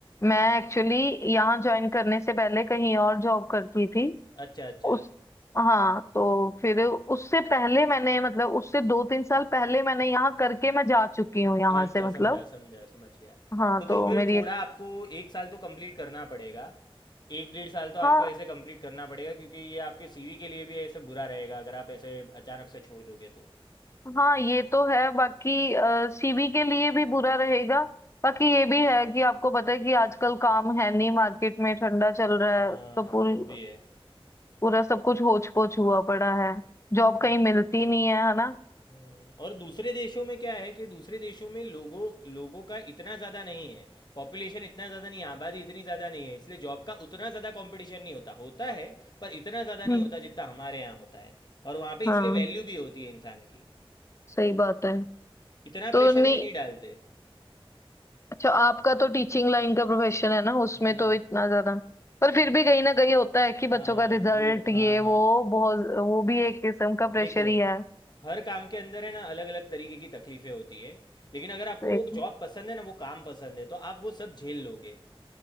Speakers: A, on the left; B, on the left.
A: मैं एक्चुअली यहाँ ज्वाइन करने से पहले कहीं और जॉब करती थी
B: अच्छा अच्छा
A: उस हाँ तो फिर उससे पहले मैंने मतलब उससे दो तीन साल पहले मैंने यहाँ करके मैं जा चुकी हूँ यहाँ
B: अच्छा
A: से मतलब
B: समझा समझा समझ गया
A: हाँ
B: तो
A: तो
B: तो फिर
A: मेरी
B: थोड़ा
A: एक
B: आपको एक साल तो कंप्लीट करना पड़ेगा एक डेढ़ साल तो
A: हाँ
B: आपको ऐसे कंप्लीट करना पड़ेगा क्योंकि ये आपके सीवी के लिए भी ऐसे बुरा रहेगा अगर आप ऐसे अचानक से छोड़ दोगे तो
A: हाँ ये तो है बाकी सीवी के लिए भी बुरा रहेगा बाकी ये भी है कि आपको पता है कि आजकल काम है नहीं मार्केट में ठंडा चल रहा
B: हाँ
A: है तो
B: हाँ
A: पूरी
B: वो भी है
A: पूरा सब कुछ होच पोच हुआ पड़ा है जॉब
B: हाँ।
A: कहीं मिलती नहीं है है ना
B: हम्म, और दूसरे देशों में क्या है कि दूसरे देशों में लोगों लोगों का इतना ज़्यादा नहीं है पॉपुलेशन इतना ज़्यादा नहीं है आबादी इतनी ज़्यादा नहीं है इसलिए जॉब का उतना ज़्यादा कंपटीशन नहीं होता होता है पर इतना ज़्यादा नहीं
A: हम्म
B: होता जितना हमारे यहाँ होता है और वहाँ पे
A: हाँ
B: इसलिए वैल्यू भी होती है इंसान की
A: सही बात है
B: इतना
A: तो
B: प्रेशर
A: नहीं
B: भी नहीं डालते
A: अच्छा आपका तो टीचिंग लाइन का प्रोफेशन है ना उसमें
B: हम्म
A: तो इतना ज्यादा पर फिर भी कहीं ना कहीं होता है कि बच्चों
B: हाँ
A: का रिजल्ट
B: वो
A: ये
B: हाँ हाँ
A: वो बहुत वो भी एक किस्म का प्रेशर
B: देखो
A: ही है
B: हर काम के अंदर है ना अलग अलग तरीके की तकलीफें होती है लेकिन अगर आपको
A: एक,
B: वो जॉब पसंद है ना वो काम पसंद है तो आप वो सब झेल लोगे